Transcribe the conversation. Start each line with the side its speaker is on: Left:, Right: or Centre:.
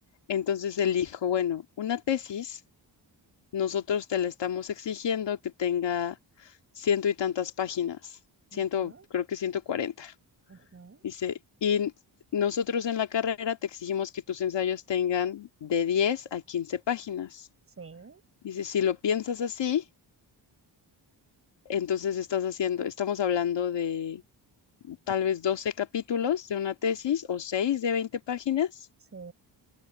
Left: Entonces él dijo, bueno, una tesis, nosotros te la estamos exigiendo que tenga ciento y tantas páginas, ciento,
Right: ujú,
Left: creo que ciento cuarenta
Right: ujú,
Left: Dice, y nosotros en la carrera te exigimos que tus ensayos tengan de 10 a 15 páginas.
Right: Sí,
Left: Dice, si lo piensas así, entonces estás haciendo, estamos hablando de tal vez 12 capítulos de una tesis o 6 de 20 páginas.
Right: sí.